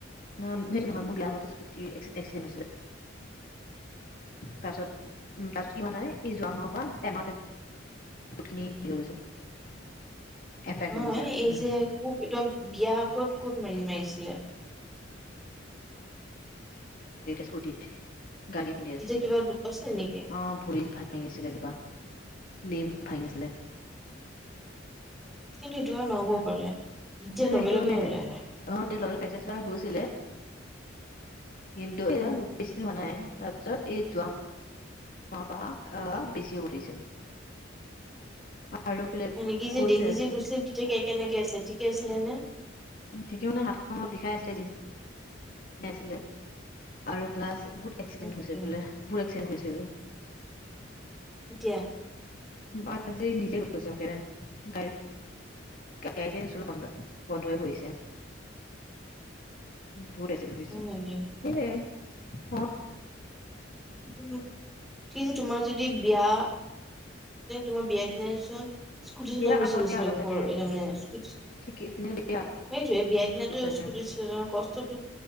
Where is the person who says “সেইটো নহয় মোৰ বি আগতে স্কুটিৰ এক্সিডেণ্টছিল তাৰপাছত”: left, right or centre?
Left